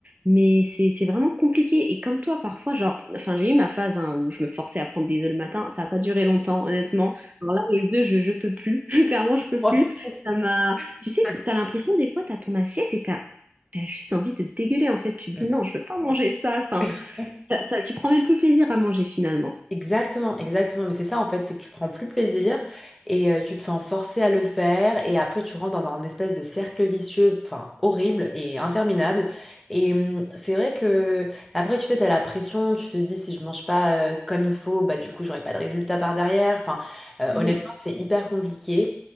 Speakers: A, on the right; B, in the centre.
A: mais c'est c'est vraiment compliqué. Et comme toi, parfois, genre, enfin, j'ai eu ma phase hein, où je me forçais à prendre des œufs le matin, ça a pas duré longtemps, honnêtement. Alors là, les œufs, je, je peux plus. <laughs> Clairement, je peux
B: Moi,
A: plus.
B: c'est-
A: Ça m'a. Tu
B: <laughs>
A: sais, t'as l'impression des fois, t'as ton assiette et t'as t'as juste envie de dégueuler. En fait, tu te
B: Mm.
A: dis non, je veux pas manger
B: ouais.
A: ça. Enfin,
B: <laughs>
A: ça, ça- tu prends même plus plaisir à manger finalement.
B: Exactement, exactement. Mais c'est ça en fait, c'est que tu prends plus plaisir et euh, tu te sens forcé à le faire et après tu rentres dans un espèce de cercle vicieux, enfin horrible et interminable. Et hum, c'est vrai que bah, après tu sais, t'as la pression, tu te dis si je mange pas euh, comme il faut, bah du coup j'aurai pas de résultat par derrière. Enfin euh,
A: Mhm,
B: honnêtement c'est hyper compliqué.